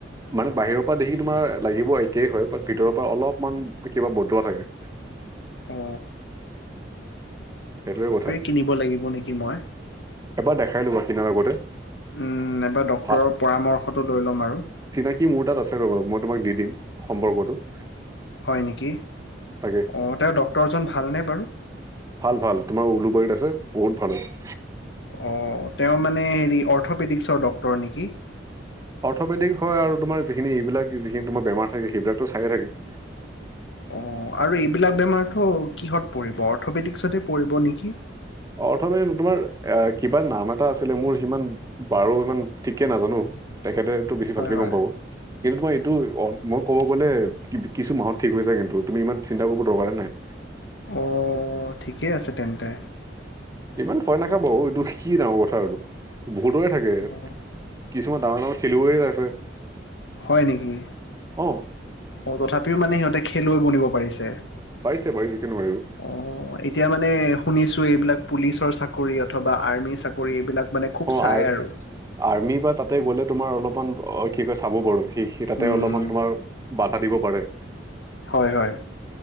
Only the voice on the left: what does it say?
অ
কিনিব লাগিব নেকি মই
উম এবাৰ ডক্টৰৰ
পৰামৰ্শটো লৈ ল'ম আৰু
হয় নেকি
অঁ তেওঁ ডক্তৰজন ভালনে বাৰু
অঁ তেওঁ মানে হেৰি অৰ্থপেডিক্সৰ ডক্তৰ নেকি
অঁ আৰু এইবিলাক বেমাৰটো কিহত পৰিব অৰ্থপেডিক্সতে পৰিব নেকি
হয়
হয়
অঁ ঠিকে আছে তেন্তে।
অঁ
হয় নেকি?
অ তথাপিও মানে সিহঁতে খেলুৱৈ বনিব পাৰিছে।
অ এতিয়া মানে শুনিছো এইবিলাক পুলিচৰ চাকৰি অথবা আৰ্মিৰ চাক - কৰি এইবিলাক মানে খুব
চাই
আৰু।
উম,
হয় - হয়।